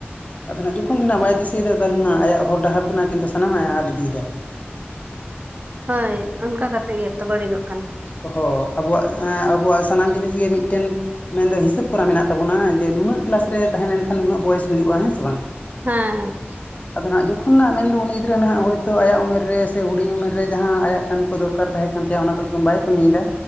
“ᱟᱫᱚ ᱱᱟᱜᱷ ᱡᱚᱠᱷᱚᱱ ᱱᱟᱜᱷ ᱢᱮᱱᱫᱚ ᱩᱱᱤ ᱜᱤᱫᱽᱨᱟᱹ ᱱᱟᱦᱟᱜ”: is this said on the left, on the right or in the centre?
Left